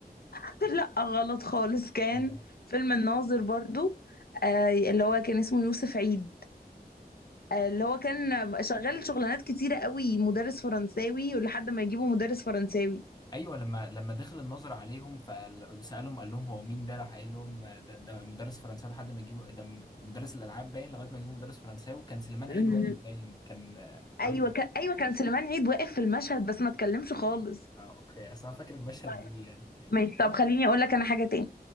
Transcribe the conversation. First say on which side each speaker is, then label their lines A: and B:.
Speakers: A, on the left; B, on the left.
A: <laughs> لا غلط خالص كان
B: كده.
A: فيلم الناظر برضو آه اللي هو كان اسمه يوسف عيد آه اللي هو كان شغال شغلانات كتيرة قوي مدرس فرنساوي ولحد ما يجيبوا مدرس فرنساوي
B: ايوه لما لما دخل الناظر عليهم ف... وسالهم قال لهم هو مين ده راح قايل لهم ده, ده مدرس فرنساوي لحد ما جيبوا ده مدرس الالعاب باين لغايه ما جيبوا مدرس فرنساوي وكان سليمان
A: ال-
B: عيد واقف باين كان آه، عامل
A: ايوه كان ايوه كان سليمان عيد واقف في المشهد بس ما اتكلمش خالص
B: اه اوكي اصل انا فاكر المشهد
A: طيب
B: دي يعني
A: ماشي طب خليني اقول لك انا حاجة تاني